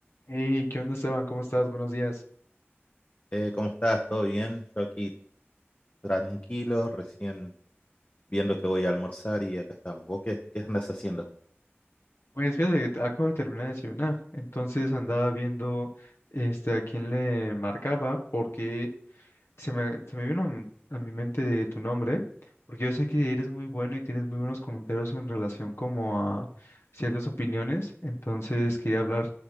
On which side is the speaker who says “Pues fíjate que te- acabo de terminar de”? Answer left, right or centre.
Left